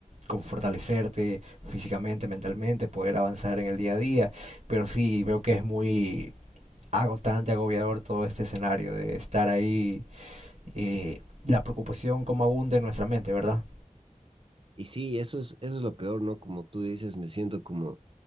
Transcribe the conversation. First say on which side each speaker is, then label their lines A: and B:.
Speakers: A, on the right; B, on the right.
A: como fortalecerte físicamente, mentalmente, poder avanzar en el día a día, pero sí veo que es muy agotante, agobiador todo este escenario de estar ahí, eh, la preocupación como abunda en nuestra mente, ¿verdad?
B: Y sí, eso es, eso es lo peor, ¿no? Como tú dices, me siento como